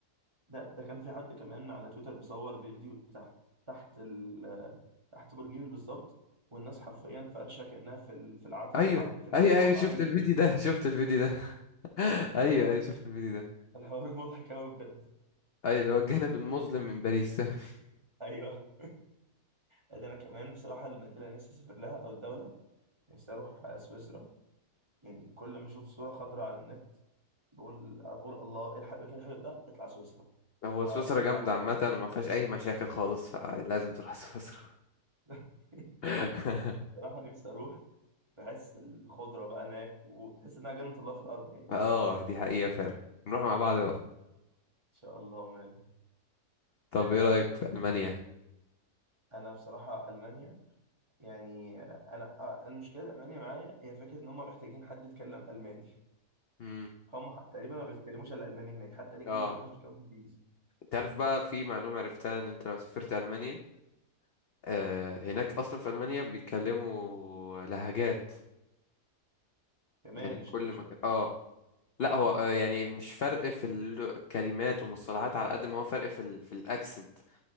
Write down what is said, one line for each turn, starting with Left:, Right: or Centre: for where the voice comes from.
Right: ده ده كان في حد كمان على تويتر بيصور فيديو تحت تحت ال تحت برج ايفل بالظبط والناس حرفيا فرشه كانها في ال- في العتبه
Left: ايوه
Right: في العتبه في العتبه
Left: ايوه ايوه
Right: وقاعدين
Left: شفت الفيديو
Right: يبيعوا
Left: ده شفت الفيديو ده <laughs> ايوه ايوه شفت الفيديو ده
Right: <laughs> الحوار مضحك قوي بجد
Left: ايوه اللي هو الجانب المظلم من باريس <laughs>
Right: ايوه ده انا كمان بصراحه المدينه اللي نفسي اسافر لها او الدوله نفسي اروح آه، سويسرا يعني كل ما اشوف صوره خضراء على النت بقول اقول الله ايه الح- إيه المكان الحلو ده اطلع سويسرا
Left: هو
Right: فبصراحه
Left: سويسرا جامدة
Right: عايز
Left: عامة
Right: اروح
Left: وما فيهاش أي مشاكل خالص فلازم تروح سويسرا
Right: <laughs>
Left: <laughs>
Right: بصراحه نفسي اروح بحس الخضرة بقى هناك وتحس إنها جنة الله في الأرض يعني إن
Left: اه دي حقيقة فعلا نروح مع بعض بقى
Right: شاء الله وماله
Left: طب
Right: آه
Left: ايه رأيك في ألمانيا
Right: أنا بصراحة ألمانيا يعني آه، أنا آه، المشكلة ألمانيا معايا هي فكرة إن هم محتاجين حد يتكلم ألماني
Left: مم.
Right: هم ح- تقريبا ما بيتكلموش إلا ألماني هناك حتى الإنجليزي
Left: اه
Right: ما حدش بيتكلم إنجليزي
Left: تعرف بقى في معلومة عرفتها ان انت لو سافرت ألمانيا آه هناك اصلا في ألمانيا بيتكلموا لهجات
Right: كمان
Left: يعني
Right: مش
Left: كل
Right: لا مش
Left: مكان
Right: مش
Left: اه لا هو آه، يعني مش فرق في الكلمات ومصطلحات على قد ما هو فرق في ال في الاكسنت